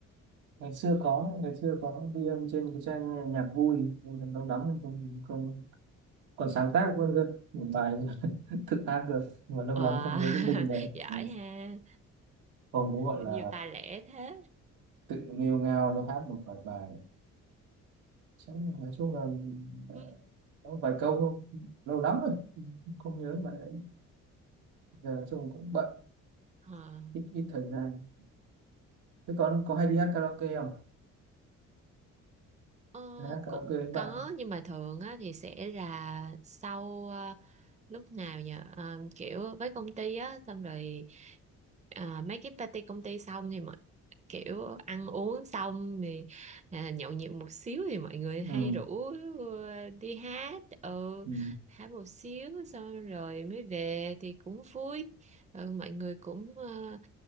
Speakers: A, on the right; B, on the right.
A: ngày xưa có ngày xưa có ghi âm trên cái trang nghe nhạc vui nhưng mà lâu lắm rồi không không còn sáng tác luôn cơ một bài <laughs> thức hát được nhưng mà lâu
B: Wow,
A: lắm không nhớ cái đinh đấy
B: <laughs> giỏi
A: Ừ.
B: ha,
A: không cũng gọi
B: nhiều
A: là
B: tài lẻ thế.
A: tự nghêu ngao nó hát một vài bài chắc là- nói chung là ờ,
B: Ừ.
A: có vài câu thôi lâu lắm rồi không nhớ bài đấy giờ nói chung cũng bận
B: Ờ,
A: ít ít thời gian thế con có hay đi hát karaoke không
B: ờ,
A: hay hát karaoke
B: cũng
A: với bạn
B: có
A: không?
B: nhưng mà thường á, thì sẽ là sau ờ, lúc nào nhờ Ờ, kiểu với công ty á xong rồi ờ, mấy cái party công ty xong thì mọi kiểu ăn uống xong thì à, nhậu nhẹt một xíu thì mọi người hay
A: ừ.
B: rủ ờ, đi hát ừ
A: Ừ.
B: hát một xíu xong rồi mới về thì cũng vui ừ, mọi người cũng ờ,